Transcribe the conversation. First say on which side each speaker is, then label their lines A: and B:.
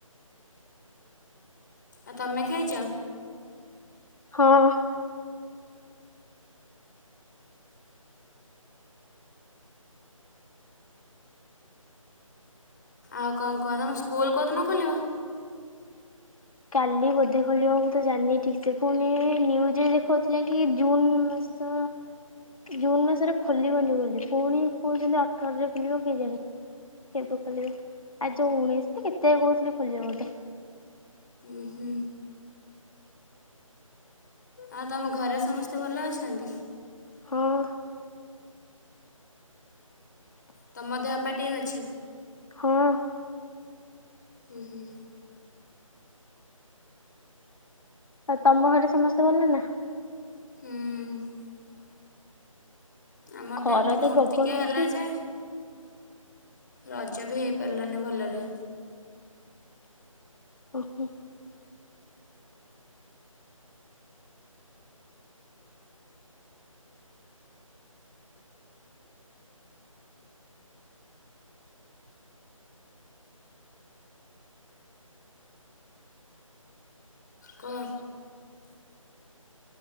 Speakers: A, on the left; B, on the left.
A: ଆଉ ତମେ ଖାଇଛ?
B: ହଁ।
A: ଆଉ କଣ କୁହ? ତମ ସ୍କୁଲ କୋଉଦିନ ଖୋଲିବ?
B: କାଲି ବୋଧେ ଖୋଲିବ। ମୁଁ ତ ଜାଣିନି ଠିକ ସେ ପୁଣି-ଇ-ଇ-ଇ ନିୟୁଜ୍ ରେ ଦେଖାଉଥିଲା କି ଜୁନ ମାସ ଜୁନ ମାସରେ ଖୋଲିବନି ବୋଲି। ପୁଣି କହୁଛନ୍ତି ଅଠରରେ ଖୋଲିବ କେଜାଣି, କେବେ ଖୋଲିବ ଆ ଯେଉଁ ଉଣେଇଶ ନା କେତେ କହୁଥିଲେ ଖୋଲିବ ବୋଧେ।
A: ଉୁ ହୁ। ଆଉ ତମ ଘରେ ସମସ୍ତେ ଭଲ ଅଛନ୍ତି?
B: ହଁ।
A: ତମ ଦେହ ପା ଠିକ୍ ଅଛି?
B: ହଁ।
A: ହୁଁ ହୁଁ।
B: ଆଉ ତମ ଘରେ ସମସ୍ତେ ଭଲ ନା?
A: ଉମ୍। ଆମର
B: ଖରା
A: ତ ଏମିତି ମୂର୍ତ୍ତିକ୍ୟା
B: ପ୍ରବଳ ହଉଛି
A: ହେଲା ଯେ ରଜ ବି ହେଇପାରିଲାନି ଭଲରେ।
B: ଓହୋ।
A: କୁହ